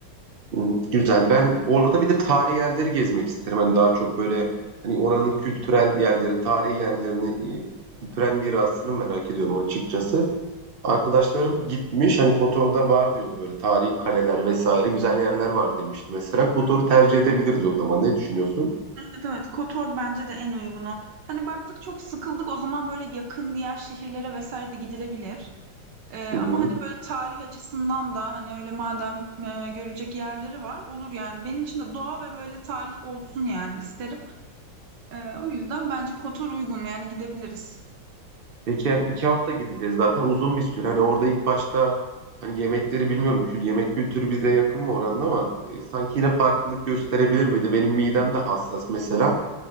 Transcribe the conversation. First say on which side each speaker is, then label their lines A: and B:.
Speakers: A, on the right; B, on the right.
A: Hı Güzel. Ben orada bir de tarihi yerleri gezmek isterim. Hani daha çok böyle hani oranın kültürel yerlerini, tarihi yerlerini, e, kültürel mirasını merak ediyorum açıkçası. Arkadaşlarım gitmiş hani Kotor'da var diyordu böyle tarihi kaleler vesaire güzel yerler var demişti. Mesela Kotor'u tercih edebiliriz o zaman. Ne düşünüyorsun?
B: Evet evet Kotor bence de en uygunu. Hani baktık çok sıkıldık o zaman böyle yakın diğer şehirlere vesaire de gidilebilir. Ee,
A: Hı hı.
B: ama hani böyle tarih açısından da hani öyle madem e, görülecek yerleri var olur yani. Benim için de doğa ve böyle tarih olsun yani isterim. Ee, o yüzden bence Kotor uygun yani gidebiliriz.
A: Peki yani iki hafta gideceğiz zaten uzun bir süre. Hani orada ilk başta hani yemekleri bilmiyorum ki yemek kültürü bize yakın mı oranın ama e, sanki yine farklılık gösterebilir miydi? Benim midem de hassas mesela.